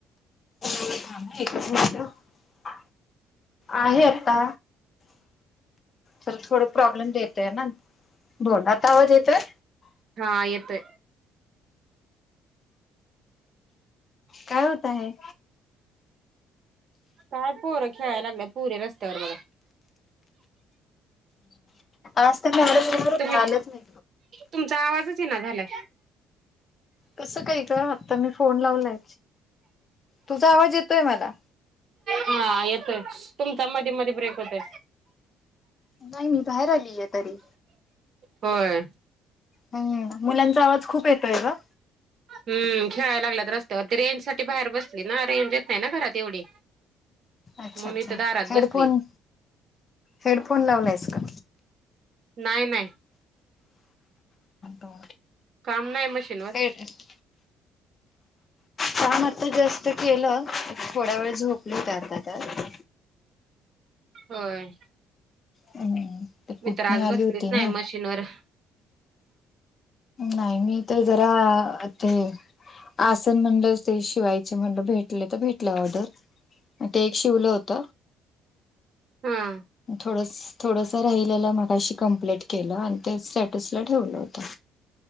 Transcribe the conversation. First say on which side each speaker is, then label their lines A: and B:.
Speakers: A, on the left; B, on the right.
A: पुढे थांब एकच मिनट आहे आता. तर थोड प्रॉब्लेम देतय ना बोल आता आवाज येतोय?
B: हा येतोय.
A: काय होत आहे?
B: काय पोरं खेळायला लागलं पुरे रस्त्यावर बघा.
A: आज तर <unintelligible> होता
B: तुम्ही
A: आलंच नाही.
B: तुमचा आवाजच ये ना झालाय.
A: कस काय ग आता मी फोन लावलाय तुझा आवाज येतोय मला.
B: हा येतोय तुमचा मध्ये मध्ये ब्रेक होतय.
A: नाही मी बाहेर आलीय तरी.
B: होय.
A: हम्म हम्म मुलांचा आवाज खूप येतोय ग.
B: हम्म खेळायला लागलेत रस्त्यावरती रेंज साठी बाहेर बसली ना रेंज येत नाही ना घरात एवढी.
A: अच्छा
B: म्हणून
A: अच्छा
B: इथं दारात
A: हेडफोन.
B: बसली
A: हेडफोन लावलास का?
B: नाही नाही
A: हो
B: काम नाही मशीनवर.
A: <unintelligible> काम आता जस्ट केलं थोडा वेळ झोपले होते अर्धातास.
B: होय..
A: हम्म ते पुतणी
B: मी तर आज
A: आली
B: बसलीच
A: होती ना
B: नाही मशीनवर.
A: नाही मी तर जरा ते. आसन म्हंटलं ते शिवायचे म्हण भेटले तर भेट ऑर्डर ते एक शिवलं होत
B: हा.
A: थोडंसं थोडं राहिलेलं मगाशी कंप्लेट केलं आणि ते स्टेटसला ठेवलं होतं.